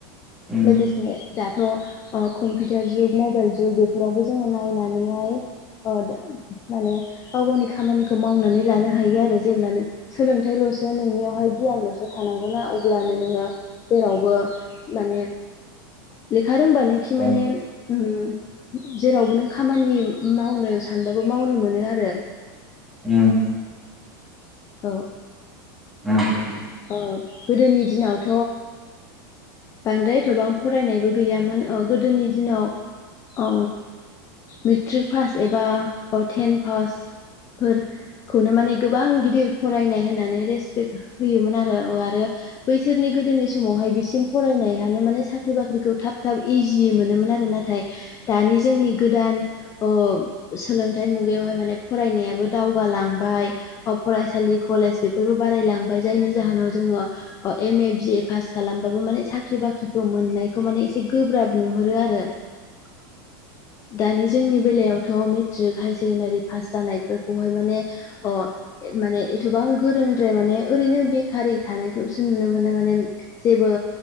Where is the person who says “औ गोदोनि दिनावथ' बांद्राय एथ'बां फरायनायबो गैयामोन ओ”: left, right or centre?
Left